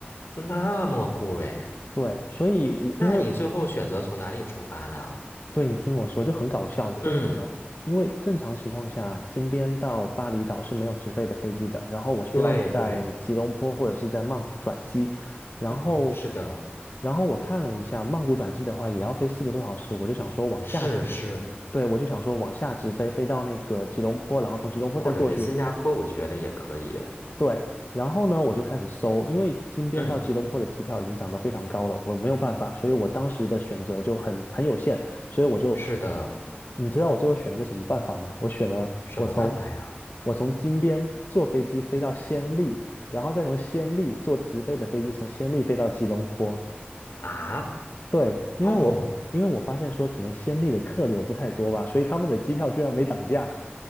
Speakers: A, on the left (about 75°); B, on the left (about 50°).
A: 那么贵，
B: 对，所以我因为
A: 那你最后选择从哪里出发呢？
B: 嗯对，你听我说，就很搞笑，
A: 嗯，
B: 为什么呢？因为正常情况下，金边到巴厘岛是没有直飞的飞机的，然后我需要在吉隆坡或者是在曼谷转机，
A: 对对，
B: 然后，
A: 嗯，是的，
B: 然后我看了一下，曼谷转机的话也要飞四个多小时，我就想说往下，
A: 是是，
B: 对，我就想说往下直飞，飞到那个吉隆坡，然后从吉隆坡再过去，
A: 或者是新加坡，我觉得也可以。
B: 对，然后呢，我就开始搜，因为金边到吉隆坡的机票已经涨得非常高了，
A: 嗯，
B: 我没有办法，所以我当时的选择就很很有限，所以我就，
A: 是的，
B: 你知道我最后选了一个什么办法吗？我选了我从
A: 什么办法呀？
B: 我从金边坐飞机飞到暹粒，然后再从暹粒坐直飞的飞机从暹粒飞到吉隆坡。
A: 啊？
B: 对，因为我因为我发现说可能暹粒的客流不太多吧，
A: 哦。
B: 所以他们的机票居然没涨价。